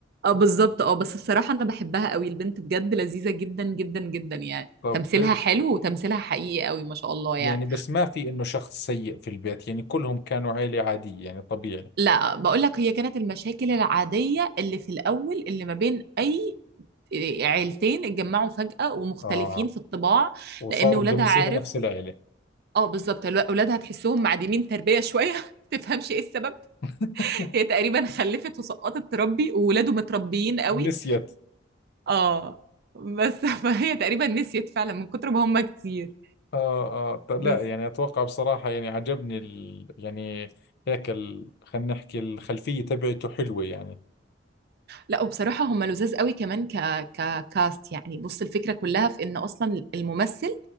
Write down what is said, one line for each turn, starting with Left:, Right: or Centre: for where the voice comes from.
Right: اه بالظبط اه بس بصراحة أنا بحبها قوي البنت بجد لذيذة جدا جدا جدا يعني
Left: <laughs> طب
Right: تمثيلها
Left: حلو
Right: حلو وتمثيلها حقيقي قوي ما شاء الله يعني
Left: يعني بس ما في انه شخص سيء في البيت يعني كلهم كانوا عيلة عادية يعني طبيعي
Right: لا بقول لك هي كانت المشاكل العادية اللي في الأول اللي ما بين أي عيلتين اتجمعوا فجأة ومختلفين
Left: اه
Right: في الطباع
Left: وصاروا
Right: لأن ولادها
Left: بدهم يصيروا
Right: عارف
Left: نفس العيلة
Right: اه بالظبط الو- ولادها تحسهم معدمين تربية شوية <laughs> تفهمش ايه السبب
Left: <laughs>
Right: هي تقريبا خلفت وسقطت تربي وولاده متربيين قوي
Left: نسيت
Right: اه بس <laughs> فهي تقريبا نسيت فعلا من كتر ما هم كتير
Left: اه اه ط- لا
Right: بس
Left: يعني اتوقع بصراحة يعني عجبني ال... يعني هيك ال... خلينا نحكي الخلفية تبعته حلوة يعني
Right: لا وبصراحة هم لذاذ قوي كمان ك... ككاست يعني بص الفكرة كلها في ان اصلا الممثل